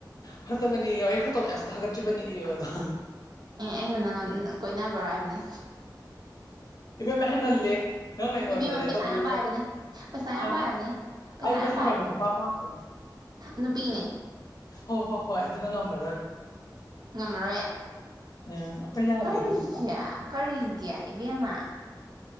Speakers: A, on the left (about 55°); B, on the right (about 65°).
A: ꯐꯠꯇꯕꯅꯤ ꯏꯌꯣ ꯑꯩ ꯐꯣꯠꯇꯣ ꯃꯌꯥꯝꯁꯇ ꯊꯥꯒꯠꯆꯕꯅꯤ ꯏꯌꯣ ꯑꯗꯣ
B: ꯑꯦ ꯑꯩꯅ ꯅꯪ ꯀꯣꯏꯅꯥꯒ꯭ꯔꯣ ꯍꯥꯏꯕꯅꯦ
A: ꯏꯕꯦꯝꯃ ꯍꯟꯃꯜꯂꯦ ꯅꯪ ꯑꯩꯉꯣꯟꯗꯅꯦ
B: ꯏꯕꯦꯝꯃ ꯄꯩꯁꯥ
A: ꯇꯧꯕꯤ
B: ꯌꯥꯝ ꯄꯥꯏꯕꯅꯦ ꯄꯩꯁꯥ
A: ꯍ
B: ꯌꯥꯝ ꯄꯥꯏꯕꯅꯦ ꯄꯩꯁꯥ
A: ꯑꯩ ꯄꯩꯁꯥꯄꯥꯏꯕ
B: ꯌꯥꯝ ꯄꯥꯏꯕꯅꯦ
A: ꯅꯨꯄꯥ ꯄꯥꯝꯃꯦ
B: ꯅꯨꯄꯤꯅꯦ
A: ꯍꯣ ꯍꯣ ꯍꯣ ꯑꯗꯨꯅ ꯉꯝꯃꯔꯣꯏ
B: ꯉꯝꯃꯔꯣꯏꯌꯦ
A: ꯑꯥ ꯑꯈꯣꯏ ꯌꯥꯇꯦ
B: ꯀꯔꯤꯒꯤ
A: ꯗꯨꯒꯨꯝꯕ
B: ꯀꯔꯤꯒꯤ ꯏꯕꯦꯝꯃ